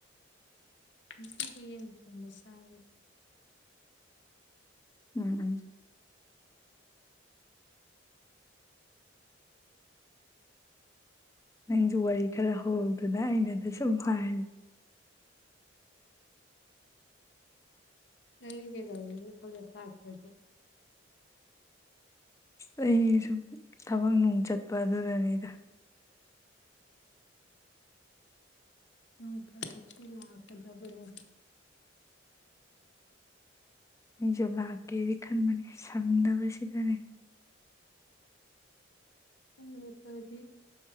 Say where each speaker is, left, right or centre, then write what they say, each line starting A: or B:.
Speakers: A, on the left; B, on the left.
A: ꯉꯁꯤꯗꯤ ꯌꯦꯟ ꯊꯣꯡꯕ ꯆꯥꯔꯦ
B: ꯎꯝ ꯎꯝ ꯅꯪꯁꯨ ꯋꯥꯔꯤ ꯈꯔ ꯍꯧꯔꯛꯎꯗꯅ ꯑꯩꯅꯗ ꯁꯨꯝ ꯍꯥꯏꯔ
A: ꯅꯪꯗꯤ ꯀꯩꯗꯧꯒꯔꯦ ꯀꯣꯂꯦꯁ ꯂꯥꯛꯇꯔꯗꯤ
B: ꯑꯩ ꯁꯨꯝ ꯊꯕꯛ ꯅꯨꯡ ꯆꯠꯄ ꯑꯗꯨꯅꯅꯤꯗ
A: ꯅꯣꯡ ꯐꯗꯣꯛꯁꯨ ꯂꯥꯛꯀꯗꯕꯅꯤ
B: ꯑꯩꯁꯨ ꯂꯥꯛꯀꯦꯗꯤ ꯈꯟꯕꯅꯦ ꯁꯪꯗꯕꯁꯤꯗꯅꯦ
A: ꯁꯨꯝ ꯂꯦꯞꯄꯛꯑꯗꯤ